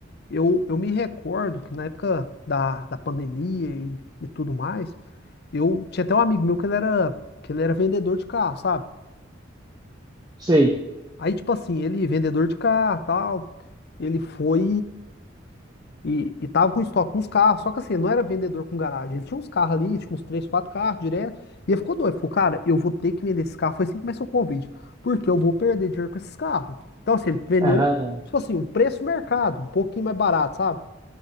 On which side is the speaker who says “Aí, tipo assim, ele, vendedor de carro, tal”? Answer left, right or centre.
Left